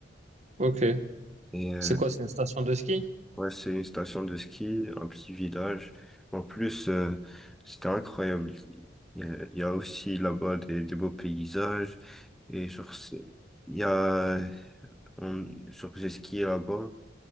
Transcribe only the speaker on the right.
Ok.
C'est quoi, c'est une station de ski?